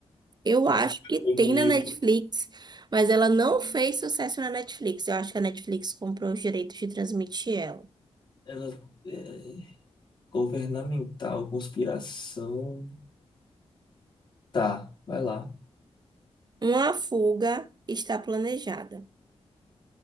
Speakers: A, on the right; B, on the left.
A: Eu
B: Mas
A: acho
B: como
A: que
B: é
A: tem
B: 2000?
A: na Netflix, mas ela não fez sucesso na Netflix. Eu acho que a Netflix comprou os direitos de transmitir ela.
B: Ela é, governamental, conspiração. Tá, vai lá.
A: Uma fuga está planejada.